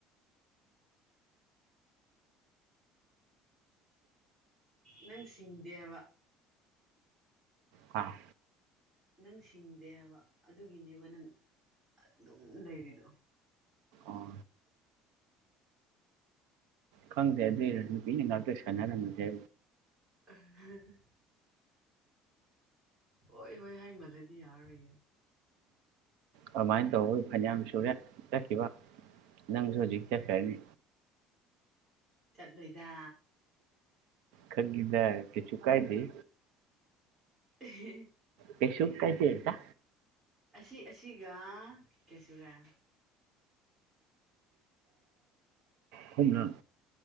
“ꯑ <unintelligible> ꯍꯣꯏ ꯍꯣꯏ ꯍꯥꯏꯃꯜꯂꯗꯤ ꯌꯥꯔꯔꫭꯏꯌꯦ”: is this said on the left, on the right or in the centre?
Right